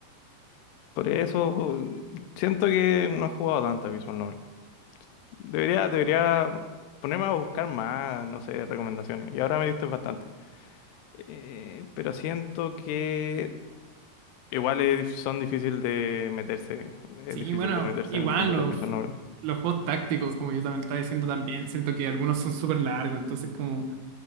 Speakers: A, on the left; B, on the right.
A: Por eso siento que no he jugado tantas Visual Novel. Debería, debería ponerme a buscar más, no sé, recomendaciones. Y ahora me diste bastante. Eh, pero siento que igual es dif- son difíciles de meterse. Es
B: Sí,
A: difícil
B: bueno,
A: de meterse
B: igual
A: en el mundo
B: los,
A: de las Visual Novel.
B: los juegos tácticos, como yo también estaba diciendo también, siento que algunos son súper largos, entonces como